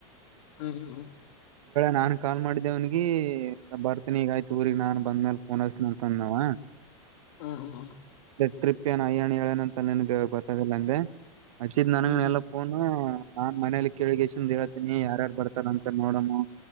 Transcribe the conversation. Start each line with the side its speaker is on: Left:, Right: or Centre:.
Left: ಹ್ಮ್ ಹ್ಮ್ ಹ್ಮ
Right: ನಾನ್ ಕಾಲ್ ಮಾಡಿದ್ದೆವ್ನಿಗೆ ಬರ್ತನಿ ಈಗ ಆಯ್ತು ಊ್ರಗ್ ನಾನ್ ಬಂದ್ಮೇಲೆ ಫೋನ್ ಹಚ್ಚಿತೀನಿ ಅಂತ ಅಂದ ನಾವ
Left: ಹಾ ಹಾ ಹಾ
Right: ಟ್ರಿಪ್ ಏನಯ್ಯಣ್ಣ ಹೇಳನ ಅಂತ ನಿನಗೆ ಗೊತ್ತಾಗಲ ಅಂದೆ ಅಚ್ಚಿದ ನನ್ಗ
Left: ಹ್ಮ್ ಹ್ಮ್
Right: ಎಲ್ಲ ಫೋನು ನಾನ್ ಮನೇಲಿ ಕೇಳಿಗೆಸನ್ ಹೇತೀನಿ ಯಾರ್ಯಾರ್ ಬರ್ತಾರ ಅಂತ ನೋಡಮ್ಮು